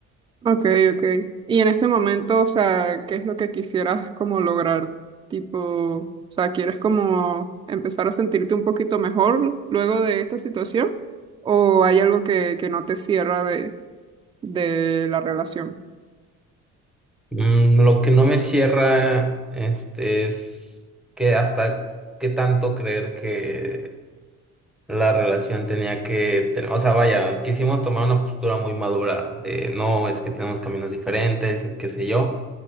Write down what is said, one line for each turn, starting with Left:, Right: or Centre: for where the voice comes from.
Right: Ok, ok. Y en este momento, o sea, ¿qué es lo que quisieras como lograr? Tipo, o sea, ¿quieres como empezar a sentirte un poquito mejor luego de esta situación? ¿O hay algo que, que no te cierra de, de la relación?
Centre: Mm, lo que no me cierra, este, es que hasta qué tanto creer que la relación tenía que, ten- o sea, vaya, quisimos tomar una postura muy madura de no, es que tenemos caminos diferentes, qué sé yo,